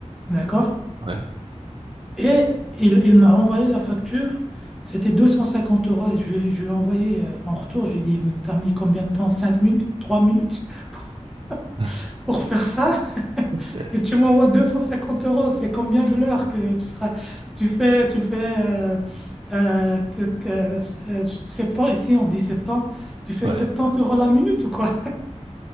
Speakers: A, in the centre; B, on the right (about 45°).
A: D'accord?
B: Ouais.
A: Et il, il m'a envoyé la facture. C'était 250 euros. Et je, lui ai je lui ai envoyé euh, en retour. Je lui ai dit, mais t'as mis combien de temps? 5 minutes? 3 minutes? <laughs>
B: <laughs>
A: pour faire ça
B: Ouais.
A: et
B: c'est
A: tu m'envoies 250 euros. C'est combien de l'heure que tu seras, tu fais, tu fais, euh, euh, que- que- euh, septante- ici on dit 70, tu fais
B: ouais.
A: 70 euros la minute ou quoi?